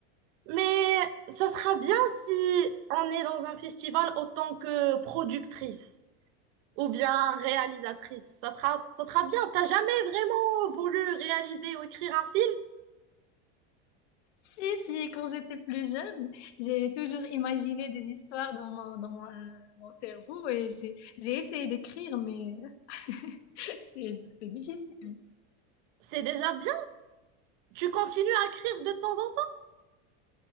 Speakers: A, on the right (about 50°); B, on the left (about 75°).
A: Mais ça sera bien si on est dans un festival autant que productrice ou bien réalisatrice. Ça sera, ça sera bien. T'as jamais vraiment voulu réaliser ou écrire un film?
B: Si, si, quand j'étais plus jeune, j'ai toujours imaginé des histoires dans mon, dans mon, euh, mon cerveau et j'ai, j'ai essayé d'écrire, mais <laughs> c'est, c'est difficile.
A: C'est déjà bien. Tu continues à écrire de temps en temps.